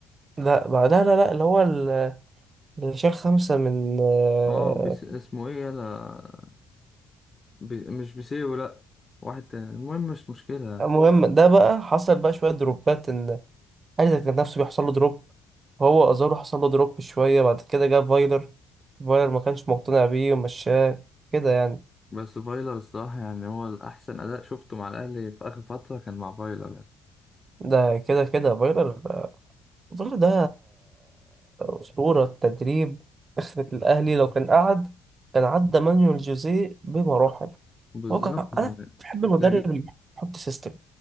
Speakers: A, on the right (about 40°); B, on the left (about 25°).
A: لا بعد لا لا لا اللي هو ال- اللي شال خمسه من آه،
B: اه بيس اسمه ايه يلا بي مش بيسيرو لا واحد تاني المهم مش مشكلة يعني.
A: المهم ده بقى حصل بقى شويه دروبات ان الاهلي ده كان نفسه بيحصل له دروب هو ازارو حصل له دروب شويه بعد كده جاب فايلر فايلر ما كانش مقتنع بيه ومشاه كده يعني
B: بس فايلر الصراحة يعني هو الأحسن أداء شفته مع الأهلي في آخر فترة كان مع فايلر يعني.
A: ده كده كده فايلر فايلر ده أسطورة تدريب أخرة الأهلي لو كان قعد كان عدى مانويل جوزيه بمراحل
B: بالظبط
A: هو كان
B: يعني
A: أنا بحب
B: انت
A: المدرب
B: جي
A: اللي بيحط سيستم